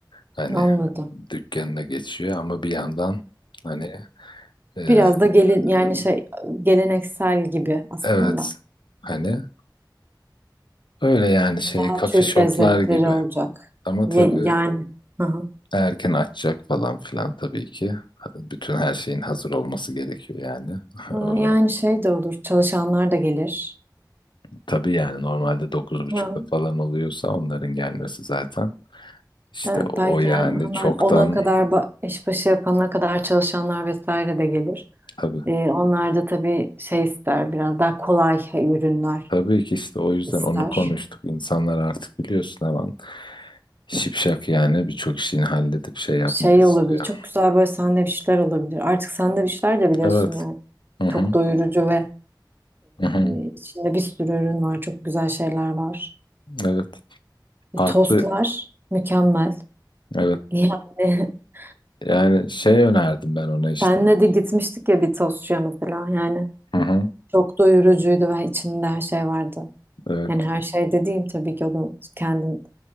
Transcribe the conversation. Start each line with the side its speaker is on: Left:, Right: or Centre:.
Left: hani
Right: Anladım.
Left: dükkanına geçiyor ama bir yandan hani e,
Right: Biraz da gelin yani
Left: e,
Right: şey geleneksel gibi aslında.
Left: Evet. Hani öyle yani şey
Right: Daha
Left: coffee
Right: Türk
Left: shoplar
Right: lezzetleri
Left: gibi.
Right: olacak.
Left: Ama
Right: Ye-
Left: tabii
Right: yani hı hı.
Left: erken açacak falan filan tabii ki. Bütün her şeyin hazır olması gerekiyor yani. <laughs>
Right: Ha,
Left: Ora
Right: yani şey de olur. Çalışanlar da gelir.
Left: tabii yani normalde 9.30'da
Right: Ha,
Left: falan oluyorsa onların gelmesi zaten. İşte
Right: evet belki
Left: o yani
Right: ha- hemen
Left: çoktan
Right: ona kadar ba- iş başı yapana kadar çalışanlar vesaire de gelir.
Left: tabii.
Right: Ee, onlar da tabii şey ister biraz daha kolay ürünler
Left: Tabii ki işte o yüzden
Right: ister.
Left: onu konuştuk. İnsanlar artık biliyorsun hemen şipşak yani birçok işini halledip şey yapmak
Right: şey
Left: istiyor.
Right: olabilir. Çok güzel böyle sandviçler olabilir. Artık sandviçler de biliyorsun
Left: Evet.
Right: yani.
Left: Hı hı.
Right: Çok doyurucu ve
Left: Hı hı.
Right: e, içinde bir sürü ürün var. Çok güzel şeyler var.
Left: Evet.
Right: E,
Left: Farklı
Right: tostlar mükemmel.
Left: Evet.
Right: Yani <laughs>
Left: Yani şey önerdim ben ona işte.
Right: senle de gitmiştik ya bir tostçuya mesela. Yani
Left: Hı hı.
Right: çok doyurucuydu ve içinde her şey vardı.
Left: Evet.
Right: Yani her şey dediğim tabii ki o da kendin,